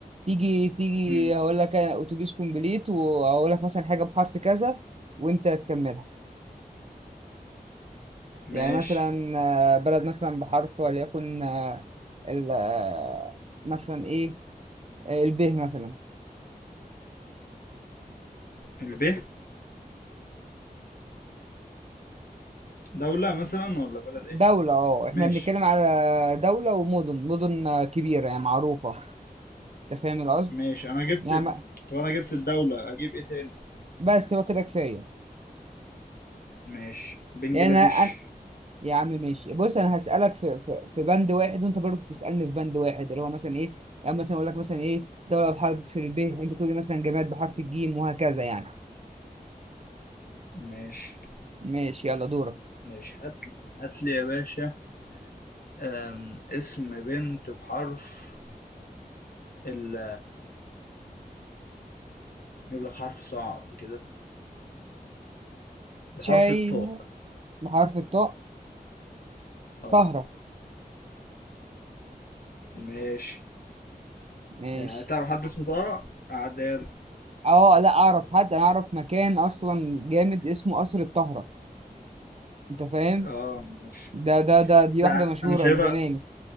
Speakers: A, on the right; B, on the left.
A: تيجي تيجي
B: <laughs> مم.
A: هقول لك أنا اتوبيس كومبليت وهقول لك مثلا حاجه بحرف كذا وانت تكملها
B: ماشي
A: يعني مثلا آه، بلد مثلا بحرف وليكن آه، ال آه، مثلا ايه آه، الب مثلا
B: الب دولة مثلا ولا بلد ايه
A: دولة اه احنا
B: ماشي
A: بنتكلم على دولة ومدن مدن آه، كبيرة يعني معروفة انت فاهم القصد
B: ماشي انا جبت
A: يعني
B: ال-
A: ما-
B: طب انا جبت الدولة اجيب ايه تاني
A: بس هو كده كفاية
B: ماشي بنجلاديش
A: يعني انا أنا- يا عم ماشي بص انا هسألك في في, في بند واحد وانت برضه بتسألني في بند واحد اللي هو مثلا ايه يعني مثلا اقول لك مثلا ايه دولة بحرف ال ب انت تقول لي مثلا جماد بحرف الجيم وهكذا يعني
B: ماشي
A: ماشي يلا دورك
B: ماشي هات هات لي يا باشا أم، اسم بنت بحرف ال نجيب لك حرف صعب كده بحرف
A: شاينا
B: الطاء
A: بحرف الطاء
B: اه
A: طهرة
B: ماشي
A: ماشي
B: يعني تعرف حد اسمه طارق اعديها لك
A: اه لا اعرف حد انا اعرف مكان اصلا جامد اسمه قصر الطهرة انت فاهم
B: اه ماشي
A: ده ده ده دي
B: بس
A: واحدة مشهورة
B: انا شايفها
A: من زمان